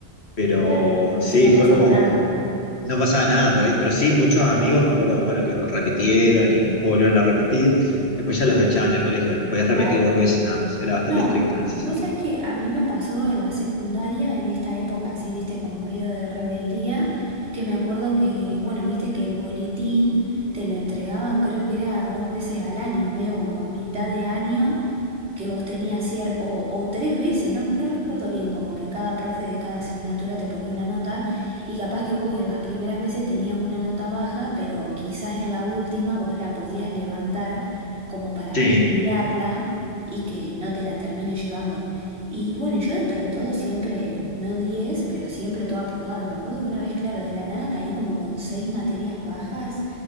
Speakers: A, on the left; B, on the right.
A: Pero
B: claro, entonces
A: sí,
B: no
A: fue
B: pasaba
A: como
B: nada.
A: No pasaba nada por ahí, pero sí, muchos amigos, me acuerdo, bueno, que repitieron y volvieron a repetir, después ya los echaban del colegio, podías
B: Claro.
A: repetir dos veces nada más, era bastante
B: No,
A: estricto en ese
B: vos
A: sentido.
B: sabés que a mí me pasó en la secundaria, en esta época así, viste, como medio de rebeldía, que me acuerdo que, bueno, viste que el boletín te lo entregaban, creo que era dos veces al año, medio como a mitad de año que vos tenías cier- o, o tres veces, no, no recuerdo bien, como que cada profe de cada asignatura te ponía una nota y capaz que vos en las primeras veces tenías una nota baja, pero quizás en la última vos la podías levantar como para
A: Sí.
B: promediarla y que no te la termines llevando. Y bueno, y yo dentro de todo siempre, no 10 pero siempre todo aprobado. Y me acuerdo que una vez, claro, de la nada caí como con seis materias bajas.